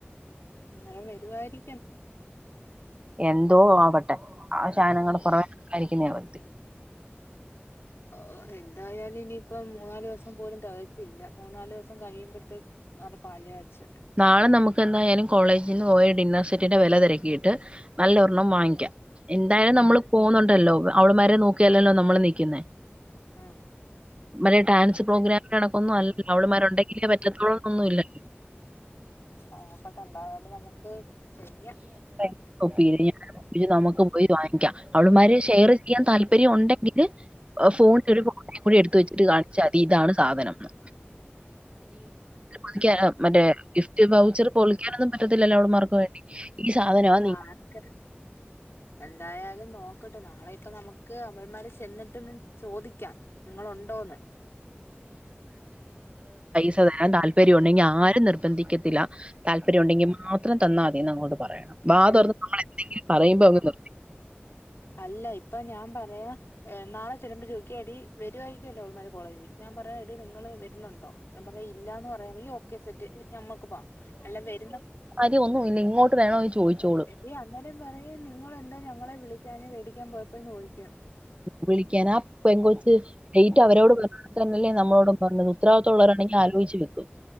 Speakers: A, on the left; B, on the right.
A: ഉം ഇന്നലെ വരുവാരി
B: എന്തോ ആവട്ടെ സനങ്ങൾ <unintelligible>
A: ഓഹ് എന്തായാലും ഇനിപ്പം മൂന്നാല് ദിവസം പോലും തെകച്ചില്ല മൂന്നാലോസം കഴിയുമ്പോഴത്തേക്ക് അത് പാൽ കാച്ച
B: നാളെ നമുക്ക് എന്തായാലും കോളേജിൽ നിന്ന് പോയ ഡിന്നർ സെറ്റിന്റെ വില തിരക്കിയിട്ട് നല്ല ഒരണ്ണം വങ്ങിക്കാ എന്തായാലും
A: ഉം
B: നമ്മള് പോകുന്നുണ്ടല്ലോ അവള്മാരെ നോക്കിയാലല്ലോ നമ്മള് നിക്കുന്നേ
A: ആഹ്
B: മറ്റേ ഡാൻസ് പ്രോഗ്രാമിൻ കണക്കൊന്നും അല്ല അവള് മാരുണ്ടെങ്കിലേ പറ്റത്തൊള്ളന്നൊന്നുമില്ല
A: നോക്കട്ട എന്തായാലും നമുക്ക് ചെയ്യാം
B: <unintelligible> നമുക്കും പോയി വാങ്ങിക്കാം അവളുമാര് ഷെയർ ചെയ്യാൻ താല്പര്യം ഉണ്ടെങ്കില് ഫോണില് ഒരു ഫോട്ടോയും കൂടി എടുത്ത് വെച്ചിട്ട് കാണിച്ചാമതി ഇതാണ് സാധനംന്ന്
A: !!
B: പിക്ക മറ്റേ ഗിഫ്റ്റ് പൗച്ചർ പൊളിക്കാനൊന്നും പറ്റത്തില്ലോഅവള് മാർക്ക് വേണ്ടി ഈ സാധനമാ നിങ്ങ
A: ആഹ് എന്തായാലും നോക്കട്ടെ നാളെ ഇപ്പ നമുക്ക് അവൾമാരെ ചെന്നിട്ട്ന്ന് ചോദിക്കാം നിങ്ങളുണ്ടോന്ന്
B: കേൾക്കാൻ താല്പര്യം ഉണ്ടെങ്കിൽ ആരും നിർബന്ധിക്കത്തില്ല താല്പര്യം ഉണ്ടെങ്കി മാത്രം തന്നാമതി ന്നങ്ങോട്ട് പറയണം വാ
A: അൽ
B: തുറന്ന് നമ്മൾ എന്തെങ്കിലും പറയുമ്പോ അങ്ങ് നിർ
A: അല്ല ഇപ്പൊ ഞാൻ പറയാ നാളെ ചെല്ലുമ്പോ ചോദിക്കും എടി വരുവായിരിക്കുമല്ലോ അവള്മാര് കോളേജി ഞാൻ പറയും എടി നിങ്ങള് വരുന്നുണ്ടോ ഞാൻപറയാ ഇല്ലാന്ന് പറയാണെങ്കി ഓക്കെ സെറ്റ് ഞമ്മക്ക് പോവാ അല്ല വരുന്ന
B: <unintelligible> ഒന്നും ഇല്ല ഇങ്ങോട്ട് വേണോന്ന് ചോദിച്ചോളും
A: ടി അന്നേരം പറയും നിങ്ങെന്താ ഞങ്ങളെ വിളിക്കാഞ്ഞെവേടിക്കാൻ പോയപ്പോ ചോദിക്കും
B: വിളിക്കാനാ പെൻകൊച്ച് ഡേറ്റ് അവരോട് പറഞ്ഞ തന്നെയല്ലേ നമ്മളോടും പറഞ്ഞത് ഉത്തവാദിത്തം ഉള്ളവരാണെങ്കി ആലോചിചു വെക്കും